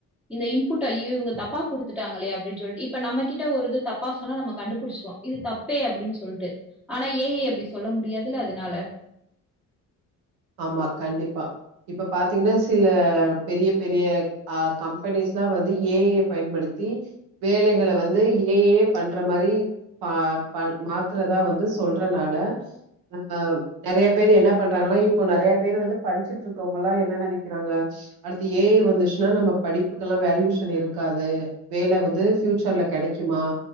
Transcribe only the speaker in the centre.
இந்த இன்புட்ட ஐயியோ இவங்க தப்பா குடுத்துட்டாங்களே அப்டின் சொல்ட்டு இப்ப நம்ம கிட்ட ஒரு இது தப்பா சொன்னா நம்ம கண்டுபுடிச்சிருவோ இது தப்பே அப்டின் சொல்ட்டு அனா ஏ ஐ அப்டி சொல்ல முடியாதுல்ல அதனால